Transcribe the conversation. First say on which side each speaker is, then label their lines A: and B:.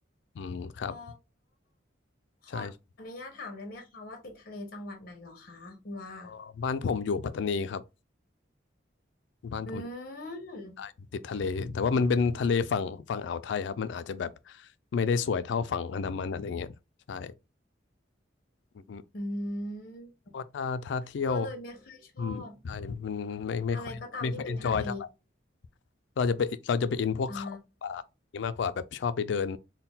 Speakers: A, on the left; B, on the left.
A: อืมครับ
B: อ๋อขออนุญาตถามได้ไหมคะว่าติดทะเลจังหวัดไหนเหรอคะคุณว่า
A: ใช่เออบ้านผมอยู่ปัตตานีครับบ้านผมอยู่
B: อืม
A: ใต้ติดทะเลแต่ว่ามันเป็นทะเลฝั่งฝั่งอ่าวไทยครับมันอาจจะแบบไม่ได้สวยเท่าฝั่งอันดามันอะไรเงี้ยใช่อืม
B: อืม
A: เพราะถ้าถ้าเที่ยว
B: ก็เลยไม่ค่อยชอบ
A: อืมใช่มันไม่ไม่ค่อยไม่ค่อยเอนจอยเท่าไหร่
B: อะไรก็ตามที่เป็นทะเล
A: เราจะไปเราจะไปอินพวกเขาป่าอย่างนี้มากกว่าแบบชอบไปเดิน
B: อ๋อ